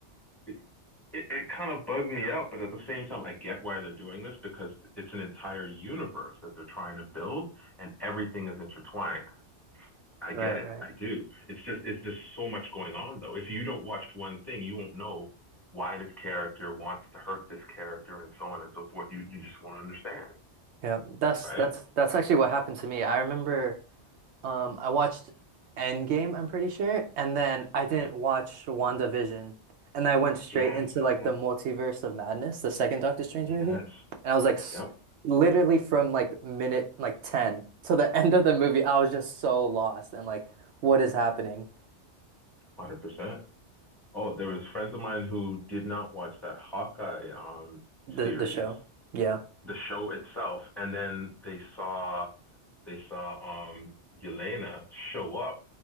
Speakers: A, in the centre; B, on the right (about 75°).
A: It, it, it kind of bugged me out, but at the same time, I get why they're doing this because it's an entire universe that they're trying to build and everything is intertwined. I
B: Right,
A: get it.
B: right.
A: I do. It's just it's just so much going on though. If you don't watch one thing, you won't know why this character wants to hurt this character and so on and so forth. You you just won't understand,
B: Yeah. That's
A: right?
B: that's that's actually what happened to me. I remember Um, I watched Endgame, I'm pretty sure, and then I didn't
A: Mhm.
B: watch WandaVision. And I went straight
A: Yeah.
B: into like the Multiverse of Madness, the second Doctor Strange
A: Yes.
B: movie. And I was like s
A: Yep.
B: literally from like minute like 10 to the <laughs> end of the movie, I was just so lost and like what is happening?
A: one Hundred percent. Oh, there was friends of mine who did not watch that Hawkeye um
B: The
A: series,
B: the show. Yeah.
A: the show itself, and then they saw they saw um Yelena show up